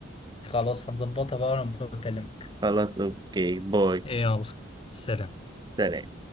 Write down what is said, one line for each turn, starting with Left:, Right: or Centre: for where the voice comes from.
Left: خلاص هنظبطها بقى وانا بكلمك
Right: خلاص اوكي باي
Left: يلا سلام
Right: سلام